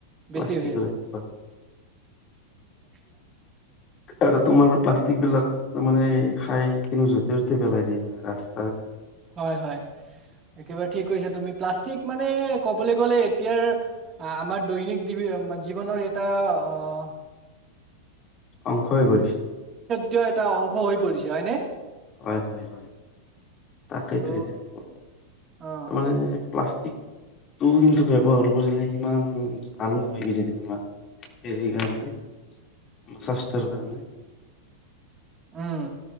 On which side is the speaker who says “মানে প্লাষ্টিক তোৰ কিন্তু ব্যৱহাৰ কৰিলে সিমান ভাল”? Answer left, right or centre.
Left